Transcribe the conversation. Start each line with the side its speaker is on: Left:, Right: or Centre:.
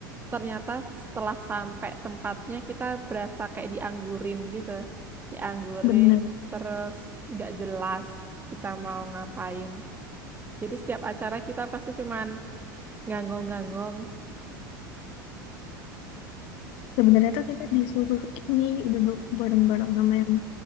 Right: ternyata setelah sampai tempatnya kita berasa kayak dianggurin gitu, dianggurin
Left: Bener.
Right: terus nggak jelas kita mau ngapain. Jadi setiap acara kita pasti cuman nganggong-nganggong.
Left: Sebenarnya tuh kita disuruh ini duduk bareng-bareng sama yang